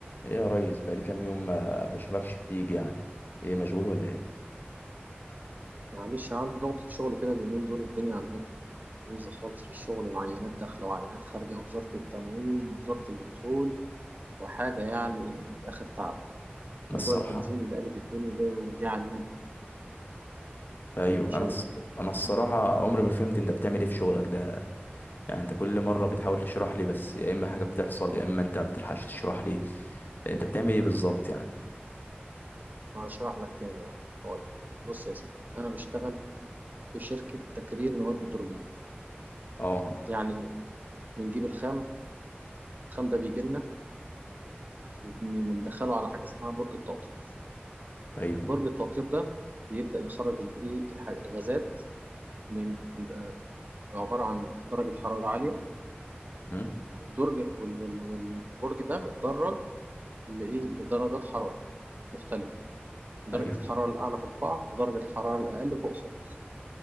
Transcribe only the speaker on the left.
ايه يا ريس بقالي كام يوم ما بشوفكش بتيجي يعني ايه مشغول ولا ايه
انا
الصراحه
ايوه
انا الص- انا الصراحه عمري ما فهمت انت بتعمل ايه في شغلك ده يعني انت كل مره بتحاول تشرح لي بس يا اما حاجه بتحصل يا اما انت ما بتلحقش تشرح لي انت بتعمل ايه بالظبط يعني
اه
ايوه
امم
ايوه